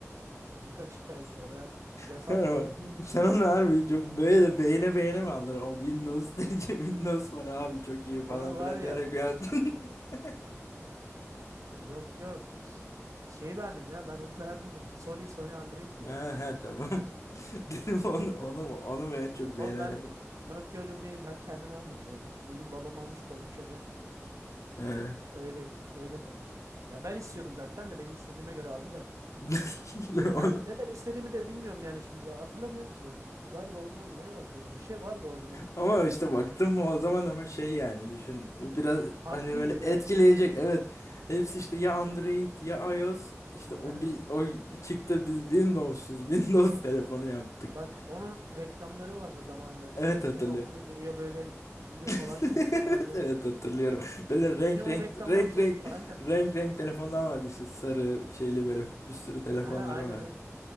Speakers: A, on the right; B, on the left.
A: birkaç ay sonra vefat
B: Sen, o-
A: oldu.
B: sen onu harbi çok böyle beğene beğene mi aldın? O Windows <laughs> Windows var abi çok iyi falan
A: Onun
B: filan
A: var ya
B: diyerek yaptın. <laughs>
A: yok yok şeyi beğendim ya ben onu <laughs> beğenmedim. Sony Sony Android'ti
B: Ha
A: ya.
B: ha tamam. <laughs> Dedim onu onu
A: Yok
B: mu onu mu en çok
A: o
B: beğenerek.
A: ben Nokia Lumia'yı ben kendim almadım ya. Bir gün babam almış koymuş eve
B: He.
A: öyle öyle tartıştım. Ya ben istiyordum zaten de benim istediğime göre aldı da.
B: <laughs> Onu
A: Ne, neden istediğimi de bilmiyorum yani şimdi hatırlamıyorum ki. Galiba o zaman ne vardı ya bir şey vardı o zaman.
B: Ama işte baktım mı o zaman ama şey yani düşün biraz
A: Farklıydı
B: hani böyle
A: ya.
B: etkileyecek evet hepsi işte ya Android ya iOS işte
A: Aynen.
B: o bir o bir çıktı biz Windows'uz <laughs> Windows telefonu yaptık.
A: Bak onun reklamları vardı zamanında.
B: Evet
A: Suyun
B: hatırlıyorum.
A: altına giriyor böyle video falan
B: <laughs>
A: çekiyorlardı.
B: Evet evet hatırlıyorum. Böyle renk
A: Beni o
B: renk
A: reklamlar
B: renk
A: çok
B: renk
A: aynen.
B: renk renk telefonlar vardı işte sarı şeyli böyle bir sürü
A: <laughs>
B: telefonlar
A: Aha, aynen
B: vardı.
A: aynen.